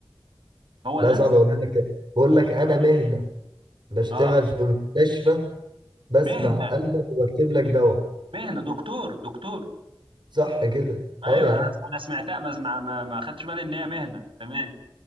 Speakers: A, on the right; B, on the right.
A: هو
B: لا
A: ده
B: صعب أقولها لك تاني بقول لك أنا مهدي بشتغل
A: اه
B: في مستشفى بسمع
A: مهنة
B: قلبك وبكتب لك دواء
A: مهنة دكتور دكتور
B: صح كده
A: ايوه
B: اه يا
A: انا
B: عم
A: انا سمعتها ما ما ما ما خدتش بالي ان هي مهنه تمام